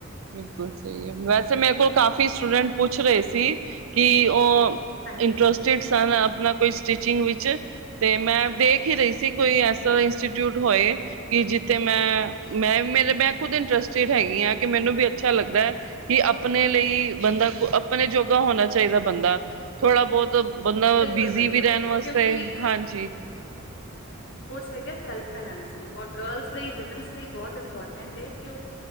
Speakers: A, on the right; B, on the left.
A: ਬਿਲਕੁਲ ਸਹੀ ਹੈ। ਵੈਸੇ ਮੇਰੇ ਕੋਲ ਕਾਫੀ ਸਟੂਡੈਂਟ ਪੁੱਛ ਰਹੇ ਸੀ, ਕਿ ਉਹ
B: ਹਾਂਜੀ
A: ਇੰਟਰਸਟਿਡ
B: ਹਾਂਜੀ
A: ਸਨ ਆਪਨਾ ਕੋਈ ਸਟਿਚਿੰਗ ਵਿੱਚ ਤੇ ਮੈਂ ਦੇਖ ਹੀ ਰਹੀ ਸੀ। ਕੋਈ ਐਸਾ ਇੰਸਟੀਟਿਊਟ ਹੋਏ ਕਿ ਜਿ ਤੇ ਮੈਂ-ਮੈਂ ਮੇਰੇ ਖੁਦ ਇੰਟਰਸਟਿਡ ਹੈਗੀ ਆਂ, ਕਿ ਮੈਨੂੰ ਵੀ ਅੱਛਾ ਲੱਗਦੈ ਕਿ, ਆਪਨੇ ਲਈ ਬੰਦਾ ਆਪਣੇ ਜੋਗਾ ਹੋਣਾ ਚਾਹੀਦੈ ਬੰਦਾ ਥੋੜਾ ਬਹੁਤ ਬੰਦਾ
B: ਬਿਲਕੁਲ
A: ਬਿਜ਼ੀ
B: ਬਿਲਕੁਲ
A: ਵੀ ਰਹਿਨ ਵਾਸਤੇ
B: ਕਿਉਂਕਿ
A: ਹਂਜੀ।
B: ਠੀਕ ਹ ਸੈਲਫ ਫਾਈਨੈਂਸ ਔਰ ਗਰਲਸ ਲਈ ਬਹੁਤ ਇਮਪੋਰਟੈਂਟ ਹ ਕਿ ਉਹ